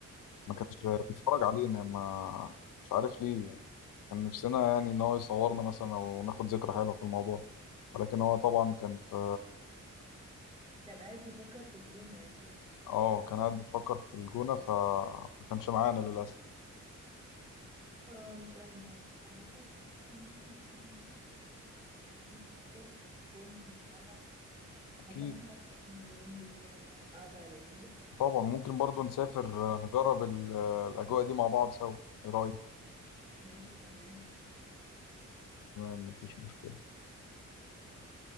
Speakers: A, on the left; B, on the right.
A: ما كانش بيتفرج علينا ما مش عارف ليه يعني كان نفسنا يعني إن هو يصورنا مثلا أو ناخد ذكرى حلوة في الموضوع ولكن هو طبعا كان في
B: كان قاعد يفكر في الجونة أكيد
A: اه كان قاعد بيفكر في الجونة فما كانش معانا للأسف
B: اه مش قادرة عامة أنا حاسة إن احنا المفروض ننزل كده ونقعد إيه نتكلم ونهزر يعني الكورس مش نافعة
A: أكيد
B: حاسة إن احنا محتاجين إيه ننزل كده نقعد قعدة لذيذة
A: طبعا ممكن برضو نسافر
B: نهزر.
A: آه، نجرب ال- آه، الأجواء دي مع بعض سوا إيه رأيك؟
B: ماشي تمام
A: تمام مفيش مشكلة
B: تمام